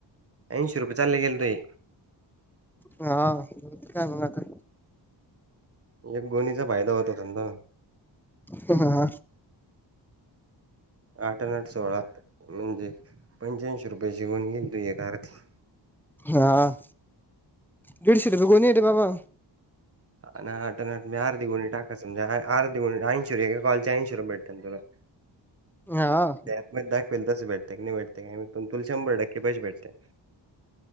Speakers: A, on the right; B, in the centre.
A: ऐंशी रुपये चालले गेल तइ.
B: हा. काय मग आता?
A: एक गोणीचा फायदा होत होता तुमचा.
B: ह, हा.
A: आठ अन आठ सोळा. म्हणजे, पंच्याऐंशी रुपयेची गोणी गेली तुझ्या दारातली.
B: हा. दिडशे रुपये गोणीय ते बाबा.
A: अन् आठ न आठ. मी अर्धी गुणी टाका. समज आ अर्धी गुणी ऐंशी. एका कॉलचे ऐंशी रुपये भेटन तुला.
B: ना आ.
A: त्यात मद दाख विल तसं, भेटतय की नाही भेटतय. पण, तुला शंभर टक्के पैसे भेटतेय.